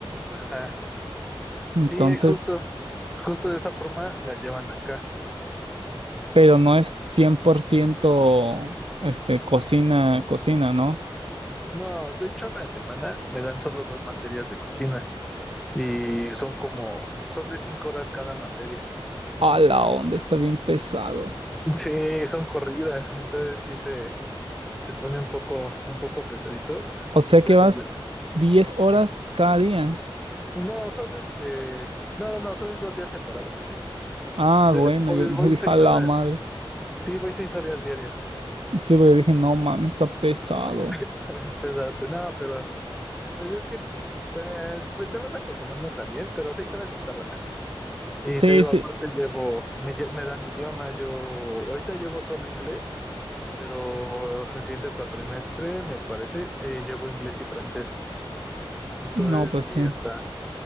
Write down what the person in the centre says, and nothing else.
Ajá.
Sí, eh, justo, justo de esa forma la llevan acá.
No, de hecho a la semana me dan solo dos materias de cocina y son como, son de cinco horas cada materia.
Sí, son corridas, entonces sí se, se pone un poco, un poco pesadito.
Y pues
los de...
No, son este... No, no, no, son en dos días separados.
De-
Voy,
voy
seis
horas.
Sí, voy seis horas diario.
<laughs> Está bien pesado. No, pero pues es que te, pues te vas acostumbrando también, pero seis horas está relax. Y
te digo,
aparte llevo, me, lle- me dan idiomas, yo ahorita llevo solo inglés, pero el siguiente cuatrimestre, me parece, eh, llevo inglés y francés. Entonces,
sí
está.